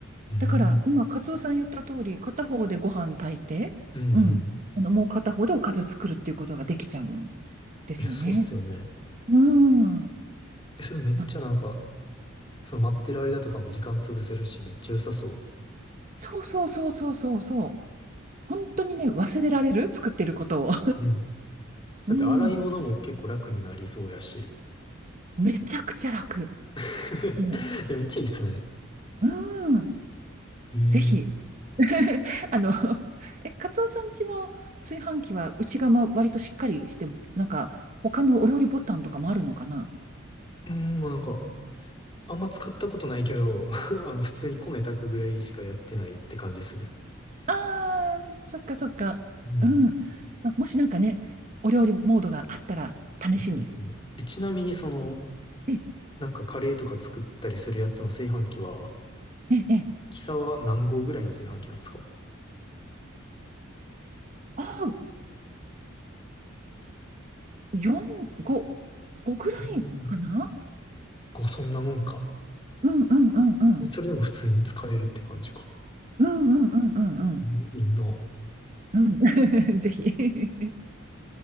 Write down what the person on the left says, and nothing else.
うん。
うんうん。
いや、そうっすよね。
え、それめっちゃなんか、
その待ってる間とかも時間潰せるし、めっちゃ良さそ
う。うん。だって洗い物も結構楽になりそうやし。
<laughs>
えめっちゃいいっすね。
ええ。
うん、まあなんか、あんま使ったことないけど、<laughs> あの、普通に米炊くぐらいしかやってないって感じですね。
うん。
え、そうっすよね。え、ちなみにその、
なんかカレーとか作ったりするやつの炊飯器は、
キサは何号ぐらいの炊飯器なんですか
あーでも、まあ、そんなもんか。
それでも普通に使えるって感じか。
えいいな